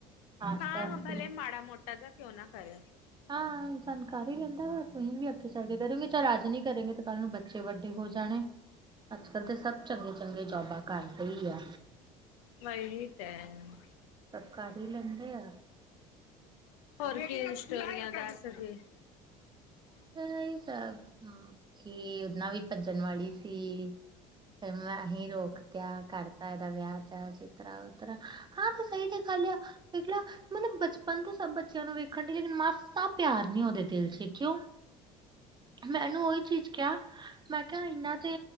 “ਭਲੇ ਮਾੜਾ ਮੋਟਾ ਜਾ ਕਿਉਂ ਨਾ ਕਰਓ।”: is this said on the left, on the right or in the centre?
Left